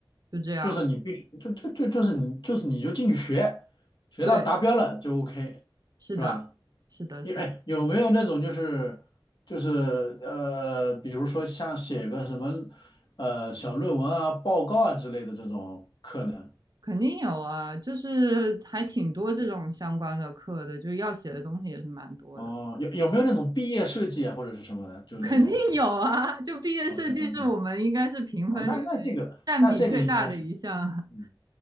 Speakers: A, on the right; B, on the left.
A: 就这样。
B: 就是你必须就就就就是你就是你就进去学，学到达标了就
A: 对，
B: OK，
A: 是的，
B: 是吧？
A: 是的，
B: 有哎，
A: 是的，
B: 有没有那种就是就是呃，比如说像写个什么呃小论文啊、报告啊之类的这种课呢？
A: 肯定有啊，就是还挺多这种相关的课的，就是要写的东西也是蛮多的，
B: 哦，有有没有那种毕业设计啊，或者是什么的，就那种
A: 肯定有啊。就毕业设计是我们应该是评分里面占比最大的一项啊。
B: ？OK OK，哦，那那这个那这个应该是嗯